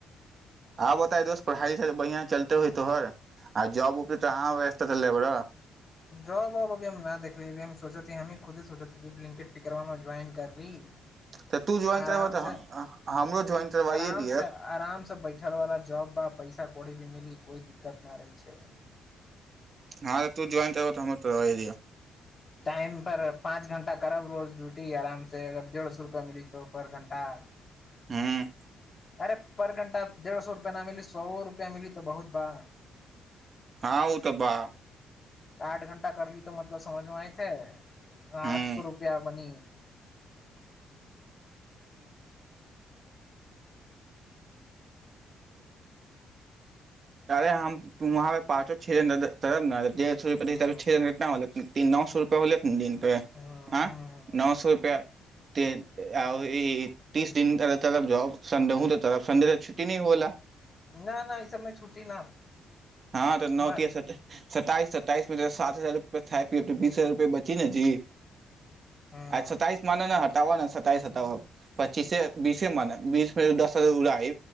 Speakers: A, on the right (about 45°); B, on the left (about 30°).
A: आब बताय दोस्त पढ़ाई लिखाई तऽ बढियां चलिते होइ तोहर आ जबपर तऽ अहाँ व्यस्त रहले बारय
B: जाॅब अब अभी हम न देखले रहि हम सोचैत हम खुदे सोचैत हीं बिल्किंट पर करब ज्वाइन करलीं
A: तऽ तू ज्वाइन
B: आराम
A: करबह तऽ
B: से
A: हमरो ज्वाइन करबाइए
B: आराम
A: दिह
B: से आराम से बैठल वाला जॉब बा पैसा कोई भी मिली कोई दिक्कत ना रहय छै
A: हँ तऽ तू ज्वाइन करबोहो तऽ हमरो करवाए दिअ
B: टाइम पर पाँच घंटा करब रोज ड्यूटी आराम से अगर डेढ़ सए रुपया मिली तऽ पर घण्टा
A: हुं
B: अरे पर घण्टा डेढ़ सौ रुपया न मिली सौ रुपया मिली तऽ बहुत बा
A: हा ऊ तऽ बा
B: आठ घण्टा कर ली तऽ मतलब समझमे आइल छै आठ
A: हूँ
B: सौ रुपया बनी
A: तरे हम तुम्हारे पाछे छे ने तरब नदते <unintelligible> छें
B: हँ
A: से छे कितना होलइ <unintelligible> तीनौ सौ रुपैया होलै दिन पे
B: हँ हँ
A: ऐं नौ सौ रुपया त आ ई तीस दिन करब जॉब संडे हू कऽ करब संडे के छुट्टी नहि होला <inaudible>
B: न न ई सबमे छुट्टी न
A: हँ तऽ न
B: मान
A: तीस हेतै सत्ताइस सत्ताइस मे सात हजार रुपया खाय पिऐ तऽ बीस हजार रुपया बचि ने जी
B: हँ
A: अई सताइस मान ने हटाव न सताइस स पच्चीसे बीसे मानअ् बीस मे दस उड़ाही